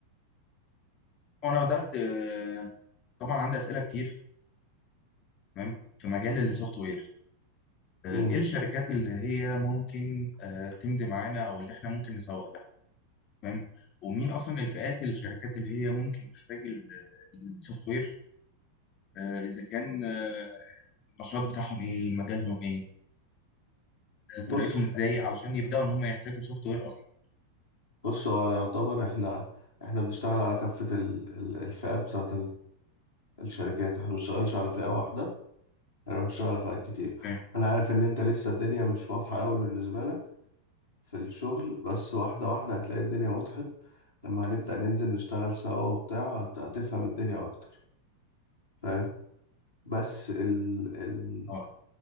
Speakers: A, on the left; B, on the left.
A: وانا بدأت آه، طبعا عندي أسئلة كتير تمام في مجال السوفت
B: مم.
A: وير آه،
B: مم.
A: ايه الشركات اللي هي ممكن آه، تمضي معانا او اللي احنا ممكن نسوق لها تمام ومين اصلا الفئات الشركات اللي هي ممكن تحتاج السوفت وير آه، اذا كان آه، النشاط بتاعهم ايه مجالهم ايه آه،
B: بص
A: طريقتهم ازاي علشان يبدأوا ان هم يحتاجوا سوفت وير اصلا
B: بص هو يعتبر احنا احنا بنشتغل على كافة ال- ال- الفئات بتاعة الشركات احنا بنشتغلش على فئة واحدة احنا بنشتغل على فئات كتير
A: تمام
B: انا عارف ان انت لسه الدنيا مش واضحة قوي بالنسبة لك في الشغل بس واحدة واحدة هتلاقي الدنيا وضحت لما هنبدأ ننزل نشتغل سوا وبتاع هت- هتفهم الدنيا اكتر فاهم بس ال ال
A: اه